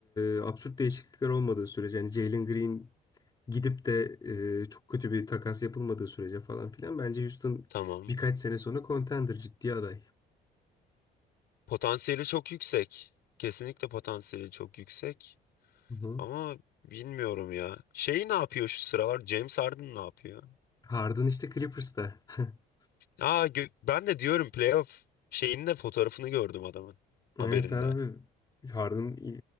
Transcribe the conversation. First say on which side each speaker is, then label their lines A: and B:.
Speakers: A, on the left (about 25°); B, on the left (about 70°).
A: e, absürt değişiklikler olmadığı sürece yani Jalen Green gidip de e, çok kötü bir takas yapılmadığı sürece falan filan bence Houston
B: Tamam.
A: birkaç sene sonra contender ciddi aday.
B: Potansiyeli çok yüksek. Kesinlikle potansiyeli çok yüksek.
A: Hı hı.
B: Ama bilmiyorum ya. Şey ne yapıyor şu sıralar? James Harden ne yapıyor?
A: Harden işte Clippers'ta. <laughs>
B: Aa gö- ben de diyorum playoff şeyinde fotoğrafını gördüm adamın haberinde.
A: Evet abi. Harden iyi